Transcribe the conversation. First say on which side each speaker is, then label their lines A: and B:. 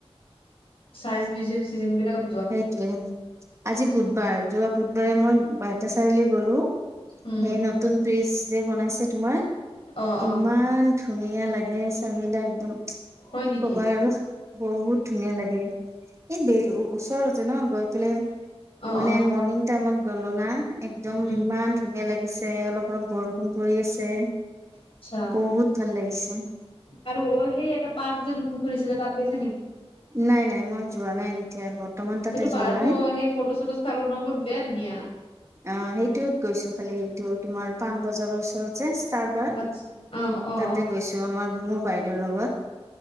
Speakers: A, on the left (about 60°); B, on the right (about 30°).
A: science museum চিজিয়াম এইবিলাকৰ
B: সেইটোৱে আজি বুধবাৰ যোৱা বুধবাৰে মই বাইহেটা চাৰিআলি গলো
A: উম
B: সেই নতুন বীজ যে বনাইছে তোমাৰ
A: অ অ
B: ইমান ধুনীয়া লাগে ত মিলা একদম কি
A: হয় নেকি
B: কবা আৰু বহুত ধুনীয়া লাগে এই ব ওচৰতে ন গৈ পেলাই মানে
A: অ অ
B: মৰ্ণিং টাইমত গ'লো না একদম
A: উম
B: ইমান ধুনীয়া লাগিছে অলপ অলপ বৰষুণ কৰি আছে
A: আচ্ছা
B: বহুত ভাল লাগিছে
A: <unintelligible> খুলিছিলে তাক গৈছে নেকি
B: নাই নাই মই যোৱা নাই এতিয়া বৰ্তমান তাতে
A: সেইটো
B: যোৱা
A: পাৰ্কো
B: নাই
A: <unintelligible> চালো ন বহুত বেয়া ধুনীয়া
B: অ সেইটোত গৈছো খালি এইটো তোমাৰ পাণবজাৰৰ ওচৰত যে ষ্টাৰবাৰ?
A: আচ্ছা অ অ
B: তাতে
A: অ
B: গৈছো আমাৰ মোৰ বাইদেউৰ লগত।